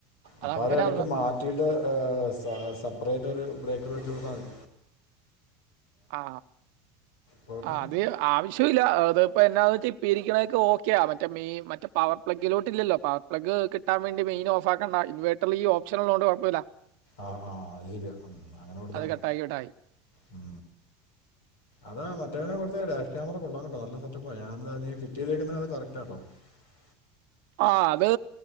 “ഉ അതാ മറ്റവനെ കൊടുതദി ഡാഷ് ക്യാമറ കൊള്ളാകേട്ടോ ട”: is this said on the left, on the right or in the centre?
Left